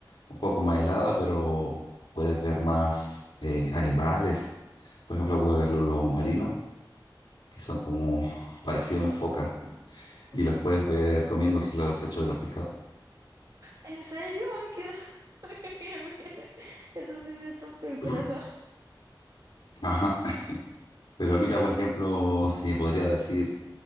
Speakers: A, on the left; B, on the right.
A: un poco más helada, pero puedes ver más eh, animales. Por ejemplo, puedes ver los lobos marinos, que son como <laughs> parecidos a unas focas,
B: Ok.
A: y los puedes ver comiéndose los desechos de los pescados.
B: ¿En serio? Ay, qué- <laughs> Eso sí me rompió el corazón.
A: <clears throat> Ajá. Pero mira, por ejemplo, si me podría decir